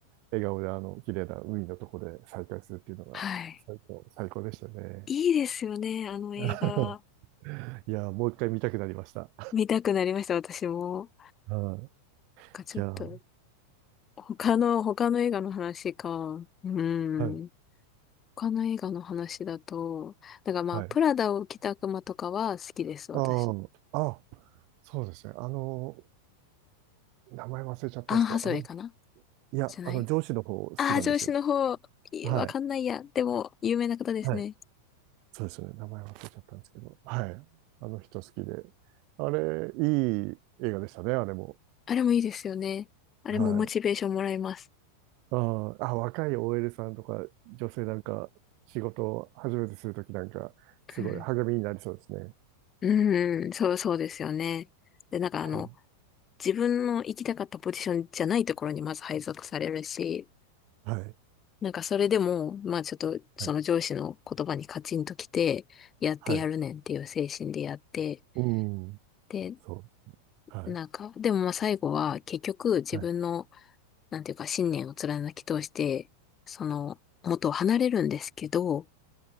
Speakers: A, on the right; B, on the left.
A: 笑顔であの、綺麗な海のところで再会するっていうのが、
B: はい。
A: 最高、最高でしたね。
B: いいですよね。あの映画、
A: <laughs> いやー、もう一回見たくなりました。
B: 見たくなりました、私も。
A: はい。
B: なんかちょっと、
A: いやー、
B: 他の、他の映画の話か。うん。
A: はい、
B: 他の映画の話だと、だからまあ、
A: はい。
B: プラダを着た悪魔とかは好きです、私。
A: ああ、あ、そうですね。あの、名前忘れちゃったんですけど、
B: アン・ハサウェイかな
A: あの、いや、
B: じゃない
A: あの、上司の方好きなんですよ。
B: ああー、上司の方、いやわかんないや。
A: はい、
B: でも、有名な方ですね。
A: はい。そうですよね。名前忘れちゃったんですけど、はい。あの人好きで。あれ、いい映画でしたね、あれも。
B: あれもいいですよね。あれもモチベーションもらえます。
A: はい。あーあ、若い OL さんとか女性なんか仕事を初めてするときなんかすごい励みになりそうですね。
B: うん、うん、そう、そうですよね。で、なんかあの、
A: は
B: 自分の行きたかったポジションじゃないところにまず配属されるし、
A: はい。
B: なんかそれでも、まあちょっとその上司の言葉にカチンときて、
A: はい。
B: やってやるねんっていう精神でやって、
A: はい。うん。
B: で、
A: そう。はい。
B: なんか、でもまあ最後は結局自分の、
A: はい。
B: なんていうか信念を貫き通して、その元を離れるんですけど、